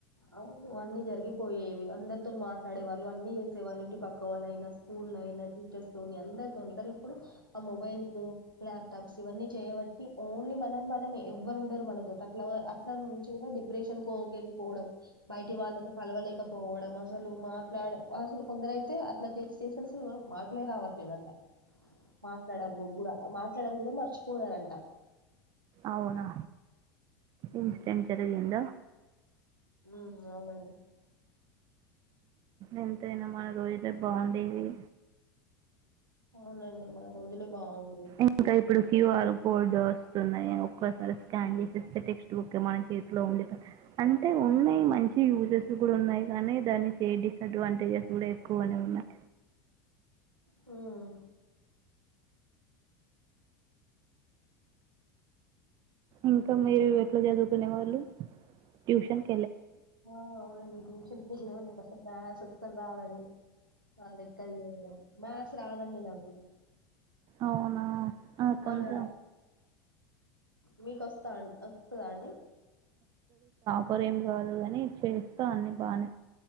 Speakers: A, on the right; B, on the right.
A: అవును ఇవన్నీ జరిగిపోయేవి అందర్ తోని మార్ట్ పడే వాళ్ళు అన్ని చేసే వాళ్ళు ఇంటి పక్క వాళ్ళైన స్కూలైన టీచర్స్ తోని అందర తోని కాని ఇప్పుడు ఆ మొబైల్సు ల్యాప్ టప్స్ ఇవన్ని చేయవట్టి ఓన్లీ మనం మనమే ఎవరు ఉండరు మన డేట్ అట్ అట్లా అంట్లో నుంచి కూడా డీప్రేషన్ ఒకే అని వెళ్ళిపోవడం బయటి వాళ్ళతో కలవలేకపోవ ఇపుడు ఆమె అసలు మాట్లాడ అసలు కొందరైతే అట్లా చేసి చేసుకొనిస్తారు కాని మాట్లే రావట్లేదంట మాట్లాడము కూడా మాట్లాడం కూడా మర్చిపోయారంట
B: అవునా
A: హ్మ్.
B: ఇన్సిడెంట్ట్ జరిగిందా
A: హ్మ్ అవునండి
B: ఎంతయినా మన రోజులే బాగుండేవి
A: అవునండి మన రోజులే బాగుంది
B: ఇంకా ఇప్పుడు క్యూఆర్ కోడ్ వస్తున్నాయి ఒక్కోసారి స్కాన్ చేసేస్తే టెక్స్ట్ బుక్ మన చేతిలో ఉండే అంటే ఉన్నాయి మంచి యూజెస్ కూడా ఉన్నాయి కానీ దానికి డిసఅడ్వాంటేజెస్ కూడా ఎక్కువనే ఉన్నాయి
A: హ్మ్
B: ఇంకా మీరు ఎట్లా చదువుకునే వాళ్ళు ట్యూషన్
A: ఆ అవునండి ట్యూషన్ పూసిన వాళ్ళ నాకు అసలు మ్యాథ్స్ అసలు రాదండి ఆ లెక్కలు చేయడం మ్యాథ్స్ రాదండి నాకు
B: అవునా కొంత
A: ఆ మ్యా మీ కొస్ తాన్ వత్తుదా అండి
B: పొరేం కాదు కాని చేస్తా అన్నీ బానే